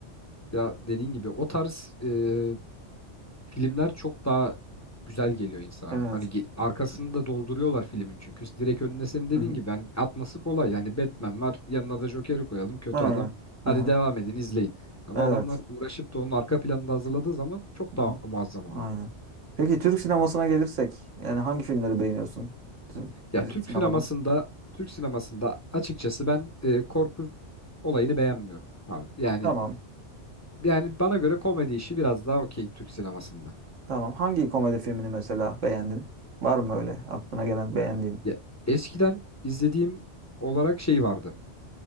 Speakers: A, on the left; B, on the right.
A: Ya dediğin gibi o tarz e, filmler çok daha güzel geliyor insana.
B: Evet.
A: Hani ge- arkasını da dolduruyorlar filmin çünkü. Direkt önüne senin dediğin
B: Hı hı.
A: gibi yani atması kolay. Yani Batman var yanına da Joker'i koyalım kötü
B: Aynen.
A: adam. Hadi
B: Aha.
A: devam edin izleyin. Ama
B: Evet.
A: adamlar uğraşıp da onun arka planını da hazırladığı zaman çok daha
B: Hı.
A: muazzam oluyor.
B: Aynen. Peki Türk sinemasına gelirsek yani hangi filmleri beğeniyorsun bizim
A: Ya
B: bizim
A: Türk
B: sinemadan?
A: sinemasında Türk sinemasında açıkçası ben e, korku olayını beğenmiyorum abi. Yani
B: Tamam.
A: yani bana göre komedi işi biraz daha okey Türk sinemasında.
B: Tamam. Hangi komedi filmini mesela beğendin? Var mı öyle aklına gelen beğendiğin?
A: Ya, eskiden izlediğim olarak şey vardı.